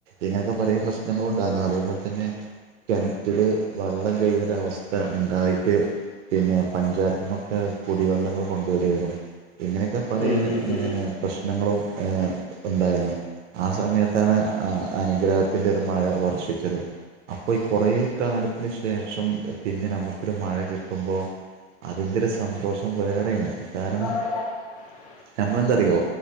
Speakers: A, on the right (about 80°); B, on the left (about 30°).
A: ഇങ്ങനെയൊക്കെ പറയ പ്രശ്നങ്ങളൾ ഉണ്ടായിരുന്നു അതേപോലെ തന്നെ കിണറ്റില് വെള്ളം കഴിയുന്ന അവസ്ഥ ഉണ്ടായിട്ട് പിന്നെ പഞ്ചായത്തി നിന്നൊക്കെ കുടിവെള്ളങ്ങൾ കൊണ്ടുവരാരുന്നു ഇങ്ങനെയൊക്കെ പല
B: ഉം ഉം ഉം
A: ഏ
B: ഉം
A: പ്രശ്നങ്ങളും ഏ ഉണ്ടായിരുന്നു ആ സമയത്താണ് അനുഗ്രഹത്തിന്റെ ഒരു മഴ വർഷിച്ചത് അപ്പൊ ഈ കുറേ കാലത്തിന് ശേഷം പിന്നെ നമുക്ക് മഴ കിട്ടുമ്പോൾ അതിന്റെ ഒരു സന്തോഷം വേറെയാണ് കാരണം
B: <inaudible>
A: നമ്മളെന്താറിയോ